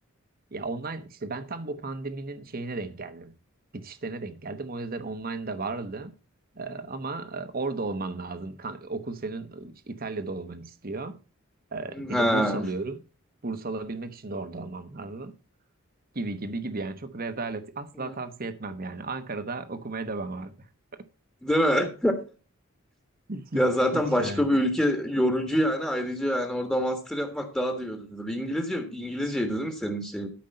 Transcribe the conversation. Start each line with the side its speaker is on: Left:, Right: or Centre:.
Right: Ya online işte ben tam bu pandeminin şeyine denk geldim. Bitişlerine denk geldim. O yüzden online de vardı. Ee, ama e, orada olman lazım. Kan- okul senin e, İtalya'da olmanı istiyor. Ee, bir
Centre: Ha.
Right: de burs alıyorum. Burs alabilmek için de orada olmam lazım. Gibi gibi gibi yani çok rezalet. Asla
Centre: Evet.
Right: tavsiye etmem yani. Ankara'da okumaya devam abi. <laughs>
Centre: Değil mi?
Right: Hiç hiç
Centre: Ya zaten
Right: hiç
Centre: başka
Right: yani.
Centre: bir ülke yorucu yani ayrıca yani orada master yapmak daha da yorucudur. İngilizce İngilizceydi değil mi senin şey